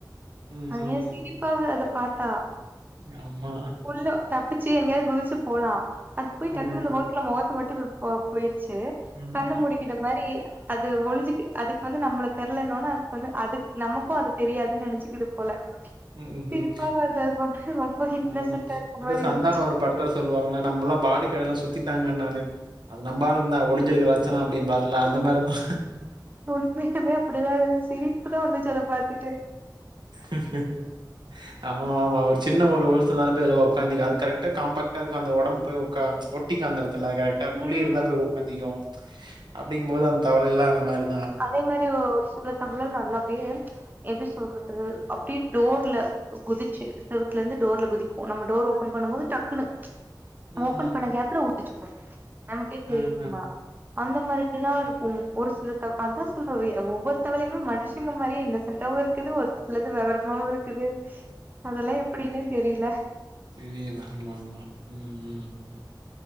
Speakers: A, on the right; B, on the right.
A: ம்
B: அங்கேயே
A: ம்
B: சிரிப்பா வருது அத பாத்தா
A: ஆமா
B: உள்ள தப்பிச்சி எங்கேயாது குதிச்சி போலா அது போய்
A: ம்
B: டக்குனு அந்த ஹோல் ல மொகத்த மட்டு இப்ப போ போயிருச்சு
A: ம்
B: கண்ணு முடிக்கிற மாரி அது ஒழிஞ்சுக்கு அதுக்கு வந்து நம்மள தெர்லனோன அதுக்கு வந்து அதுக் நமக்கோ அது தெரியாதுன் நெனசுக்குது போல
A: ம் ம்
B: சிரிப்பா
A: ம்
B: வருது அது பாக்க ரொம்ப இன்னசென்டா
A: ம்
B: இருக்க
A: அதா
B: மாரி
A: சந்தான
B: இருந்துச்சு
A: ஒரு படத்துல சொல்லுவாங்கள நம்பல்லா பாடிக் இடலா சுத்திட்டாங்க நானே அது நம்பாளுங்தா ஒழிஞ்சிருக்கிற லட்சனோ அப்டிம்பாருல அந்த மாரிதா
B: உண்மையாவே அப்டிதா இரு சிரிப்பா வந்துச்சு அத பாத்துட்டு
A: உம் உம் ஆமா ஆமா ஒரு சின்ன ஒரு ஹோல்ஸ்னால போயி அதுல உக்காந்திகோ அது கரெக்டா காம்பக்டா இருக்கோ அந்த ஒடம் போயி ஒக்கா ஒட்டிக்கோ அந்த எடத்துல கரெக்ட் குழி
B: ம்
A: இருந்தா போய் ஒக்காந்திக்கோ அப்டிங்கும் போது அந்த தவலையிலா அந்த மாரி
B: அதே மாரி ஒரு சில தவள நல்லா அப்டியே எப்டி சொல்றது அப்டி டோர்ல குதிச்சு செவத்துல இருந்து டோர்ல குதிக்கு நம்ம டோர் ஓப்பன் பண்ணும் போது டக்குன்னு
A: ம்
B: ஓபன் பண்ண கேப்ல உடிச்சுக்கு நமக்கே
A: ம்
B: தெரியுமா
A: ம்
B: அந்த மாரிலா
A: ம்.
B: இருக்கு ஒரு சில அதா சொல்ற வ ஒவ்வொரு தவலையுமே மனுஷங்க மாரியே இன்னொசென்ட்டாவு இருக்குது ஒரு சிலது வெவரமாவு இருக் கது அதல்லா எப்படின்னே தெரில
A: தெரியல ஆமா ஆமா உம் உம்